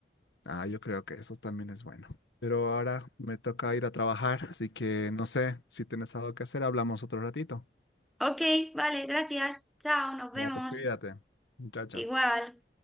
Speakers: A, on the left (about 80°); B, in the centre.
A: Ah, yo creo que eso también es bueno. Pero ahora me toca ir a trabajar, así que no sé si tienes algo que hacer, hablamos otro ratito.
B: Ok, vale, gracias. Chao, nos vemos.
A: Ya, pues cuídate. Chao, chao.
B: Igual.